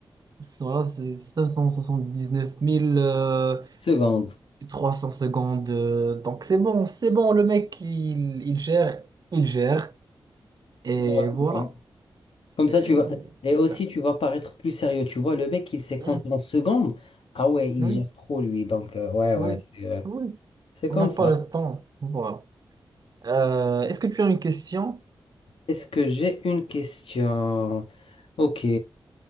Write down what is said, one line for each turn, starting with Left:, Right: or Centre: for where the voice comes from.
Right: c'est voilà, c'est 579 000 euh,
Left: secondes.
Right: 300 secondes. euh, donc c'est bon, c'est bon, le mec, il, il gère, il gère. Et
Left: Ouais,
Right: voilà,
Left: ouais. Comme
Right: c'est
Left: ça, tu vas. Et
Right: super.
Left: aussi, tu vas paraître plus sérieux. Tu vois, le mec, il sait compter
Right: Hein,
Left: en secondes. Ah ouais, il
Right: Oui.
Left: gère trop, lui. Donc, euh, ouais, ouais,
Right: Oui,
Left: c'est euh,
Right: oui.
Left: c'est comme
Right: On n'a pas
Left: ça.
Right: le temps. Voilà. Euh, est-ce que tu as une question?
Left: Est-ce que j'ai une question? Ok.